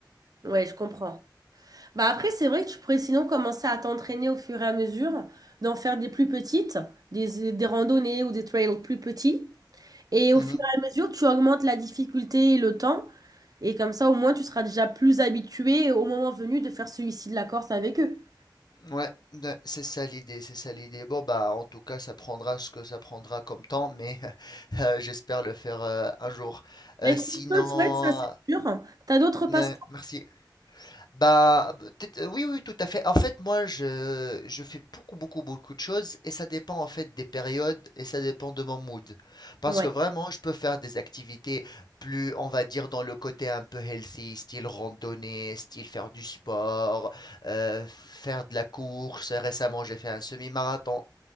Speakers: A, on the right (about 50°); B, on the left (about 60°).
A: Ouais, je comprends. Bah après, c'est vrai que tu pourrais sinon commencer à t'entraîner au fur et à mesure, d'en faire des plus petites, des, des randonnées ou des trails plus petits. Et
B: Mhm.
A: au fur et à mesure, tu augmentes la difficulté et le temps. Et comme ça, au moins, tu seras déjà plus habitué au moment venu de faire celui-ci de la Corse avec eux.
B: Ouais, ben, c'est ça l'idée, c'est ça l'idée. Bon, bah, en tout cas, ça prendra ce que ça prendra comme temps, mais <laughs> euh, j'espère le faire euh, un jour.
A: Bah,
B: Euh,
A: écoute,
B: sinon,
A: je te le souhaite, ça c'est sûr. T'as d'autres passe-temps?
B: euh, merci. Bah, peut-être- euh, oui, oui, tout à fait. En fait, moi, je, je fais beaucoup, beaucoup, beaucoup de choses et ça dépend en fait des périodes et ça dépend de mon mood. Parce
A: Ouais.
B: que vraiment, je peux faire des activités plus, on va dire, dans le côté un peu healthy, style randonnée, style faire du sport, euh, faire de la course. Récemment, j'ai fait un semi-marathon.